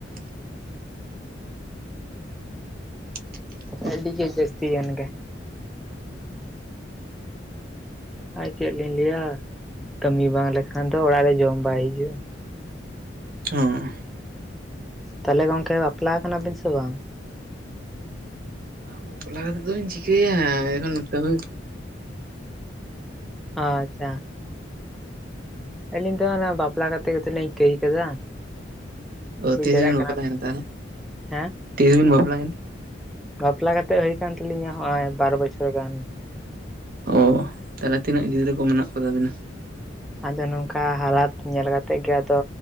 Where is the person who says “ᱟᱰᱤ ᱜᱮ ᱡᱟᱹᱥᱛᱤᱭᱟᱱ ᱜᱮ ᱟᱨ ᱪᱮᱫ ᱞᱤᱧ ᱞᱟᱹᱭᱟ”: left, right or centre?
Centre